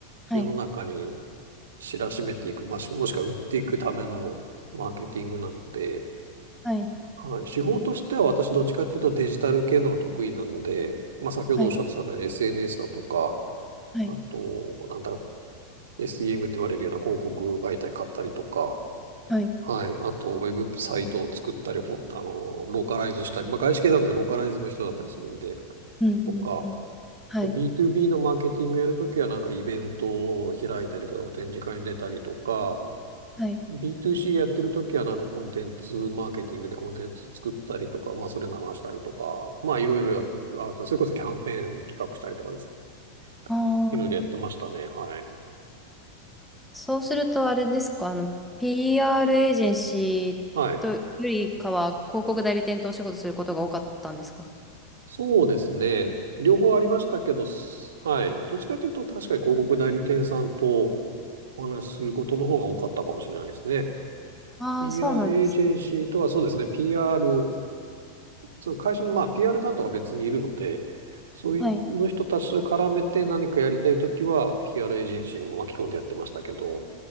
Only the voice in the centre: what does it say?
はい。
はい。
はい。
はい。
はい。
うんうんうん。
はい。
はい。
ああ、
そうするとあれですか、あの、PR エージェンシーとよりかは広告代理店とお仕事することが多かったんですか
ああー、
そうなんです
はい。